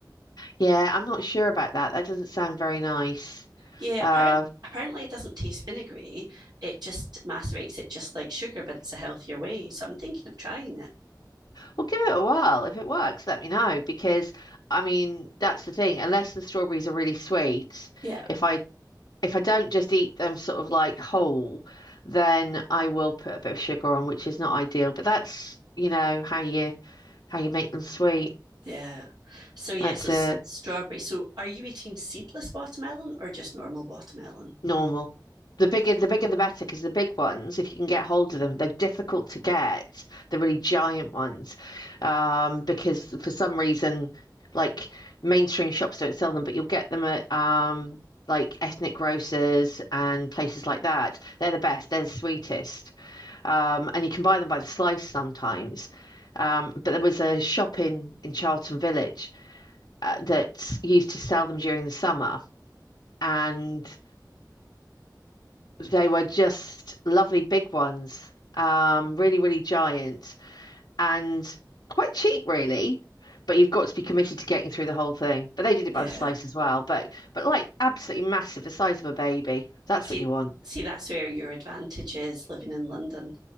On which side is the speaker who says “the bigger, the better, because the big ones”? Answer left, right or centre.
Left